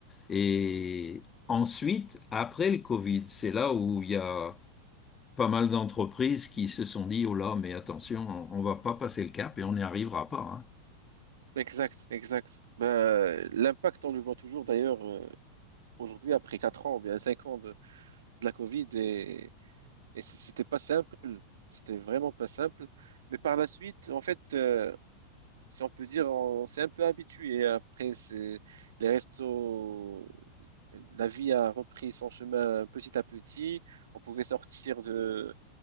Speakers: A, on the left; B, on the right.
A: Et ensuite, après le Covid, c'est là où il y a pas mal d'entreprises qui se sont dit, oh là, mais attention, on ne va pas passer le cap et on n'y arrivera pas. hein.
B: Exact, exact. Ben, l'impact, on le voit toujours d'ailleurs euh, aujourd'hui après 4 ans, ou bien 5 ans de, de la Covid Et Et c- c'était pas simple, c'était vraiment pas simple. Mais par la suite, en fait, euh, si on peut dire, on s'est un peu habitué. Après, c'est les restos, la vie a repris son chemin petit à petit. On pouvait sortir de,